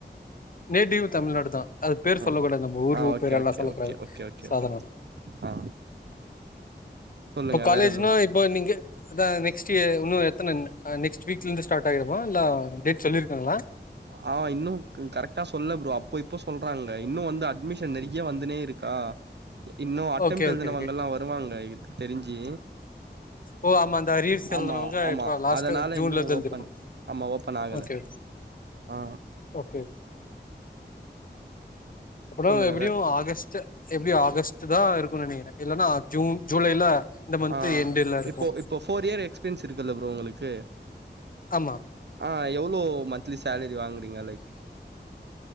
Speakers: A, on the left; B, on the right.
A: நேட்டிவ் தமிழ்நாடு தா அது பேர்
B: ம்
A: சொல்லக்கூடாது நம்ம ஊர்
B: ஆ ஓகே
A: பேர் எல்லா
B: ஓகே
A: சொல்லக்கூடாது
B: ஓகே ஓகே ஓகே
A: சாதாரண
B: ஓகே ப்ரோ ஆ சொல்லுங்க
A: இப்ப காலேஜ்னா
B: வேற ப்ரோ
A: இப் இப்போ நீங்க அதா நெக்ஸ்ட்டு இயர்‌ இன்னு எத்தன‌ நெக்ஸ்ட் வீக்லேந்து ஸ்டார்ட் ஆகிடுமா இல்ல சொல்லியிருக்காங்களா
B: ஆ இன்னும் கரெக்டா சொல்ல ப்ரோ அப்போ இப்போ சொல்றாங்க இன்னு வந்து அட்மிஷன் நெறைய வந்துனே இருக்கு ஆ இன்னு அட்டெம்டு‌
A: ஓகே
B: எழுதுனவங்களா
A: ஓகே ஓகே
B: வருவாங்க இதுக்கு தெரிஞ்சு
A: ஓ ஆமா அந்த அரியர்ஸ் எழுதுனவங்க
B: ஆமா ஆமா
A: இப்ப லாஸ்ட்
B: அதனால
A: ஜூன்ல
B: இன்னு
A: இருந்து எழுதிருப்பாங்க
B: ஓப்பன் ஆமா ஓப்பன் ஆகல
A: ஓகே
B: ஆ
A: ஓகே அப்பறோ
B: சொல்லுங்க
A: எப்படியு
B: வேற
A: ஆகஸ்ட்டு எப்டியு ஆகஸ்ட்டுதா இருக்குன்னு நெனைக்கிறே இல்லனா ஜூன் ஜூலை ல இந்த மந்த்து
B: ஆ
A: எண்டுல இருக்கு
B: இப்போ இப்போ ஃபோர் இயர் எக்ஸ்பீரியன்ஸ் இருக்குல்ல ப்ரோ உங்களுக்கு
A: ஆமா
B: ஆ எவ்வளோ மந்த்லி சேலரி வாங்குறீங்க லைக்